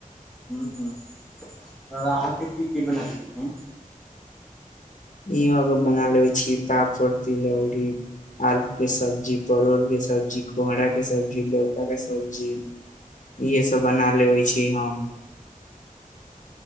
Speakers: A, in the centre; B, on the left.
A: ह ह त अहाँके की की बना लेबे छियै
B: इहोके बना लेबै छी पापड़ तिलौरी आलू के सब्जी परोर के सब्जी कोहराक के सब्जी लौका के सब्जी इहेसभ बना लेबै छी हम